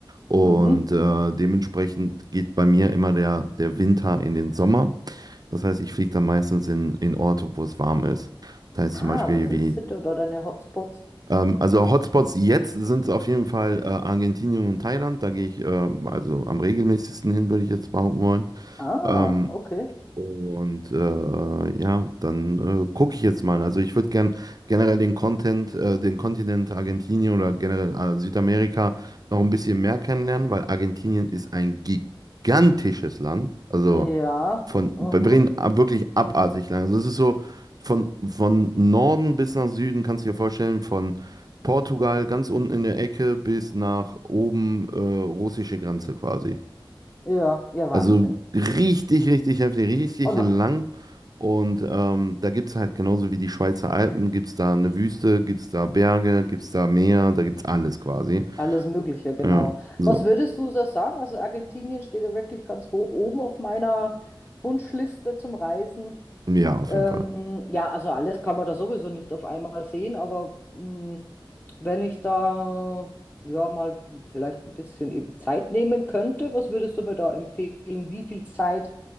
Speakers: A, on the right; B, on the left.
A: Und
B: Mhm.
A: äh, dementsprechend geht bei mir immer der, der Winter in den Sommer. Das heißt, ich fliege dann meistens in, in Orte, wo es warm ist. Das heißt
B: Ah,
A: zum Beispiel
B: was ist
A: wie
B: Sitte oder deine Hotspots?
A: ähm, also Hotspots jetzt sind es auf jeden Fall äh, Argentinien und Thailand. Da gehe ich äh, also am regelmäßigsten hin, würde ich jetzt behaupten wollen.
B: Ah,
A: Ähm,
B: okay.
A: und äh, ja, dann äh, gucke ich jetzt mal. Also ich würde gern generell den Content, äh, den Kontinent Argentinien oder generell äh, Südamerika noch ein bisschen mehr kennenlernen, weil Argentinien ist ein gigantisches Land. Also
B: Ja,
A: von,
B: aha.
A: wir reden ab- wirklich abartig lang. Also es ist so von, von Norden bis nach Süden, kannst du dir vorstellen, von Portugal ganz unten in der Ecke bis nach oben äh, russische Grenze quasi.
B: Ja, ja, Wahnsinn.
A: Also richtig, richtig heftig, richtig
B: Und
A: lang.
B: ha-
A: Und ähm, da gibt es halt genauso wie die Schweizer Alpen, gibt es da eine Wüste, gibt es da Berge, gibt es da Meer, da gibt es alles quasi.
B: alles Mögliche, genau.
A: Ja, so,
B: Was würdest du da sagen? Also Argentinien steht ja wirklich ganz hoch oben auf meiner Wunschliste zum Reisen.
A: ja, auf
B: Ähm,
A: jeden Fall.
B: ja, also alles kann man da sowieso nicht auf einmal sehen, aber mh, wenn ich da ja mal vielleicht ein bisschen eben Zeit nehmen könnte, was würdest du mir da empfehlen? Wie viel Zeit